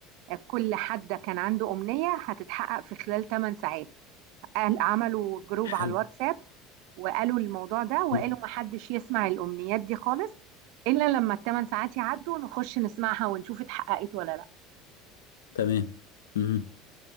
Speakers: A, on the right (about 65°); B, on the left (about 85°).
A: كل حد كان عنده أمنية هتتحقق في خلال 8 ساعات قال عملوا جروب
B: حلو
A: على الواتساب وقالوا الموضوع ده وقالوا
B: اوكي
A: محدش يسمع الأمنيات دي خالص إلا لما الثمان ساعات يعدوا نخش نسمعها ونشوف اتحققت ولا لا
B: تمام مهم.